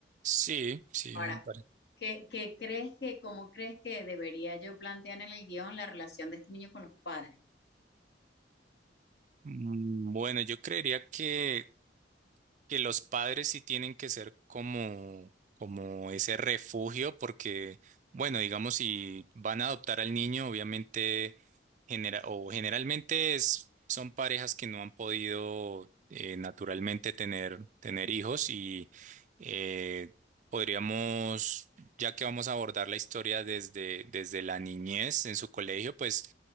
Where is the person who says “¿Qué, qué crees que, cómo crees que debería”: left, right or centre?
Left